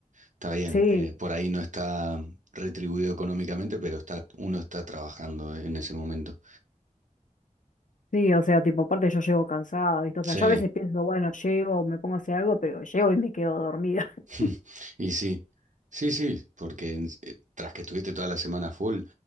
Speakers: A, on the right; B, on the left.
A: está bien,
B: sí.
A: eh, por ahí no está retribuido económicamente, pero está, uno está trabajando en ese momento.
B: Sí, o sea, tipo, aparte yo llego cansada, ¿viste? O
A: Sí,
B: sea, yo a veces pienso, bueno, llego, me pongo a hacer algo, pero llego y me quedo dormida. <laughs>
A: <laughs> Y sí, sí, sí, porque en- eh, tras que estuviste toda la semana full,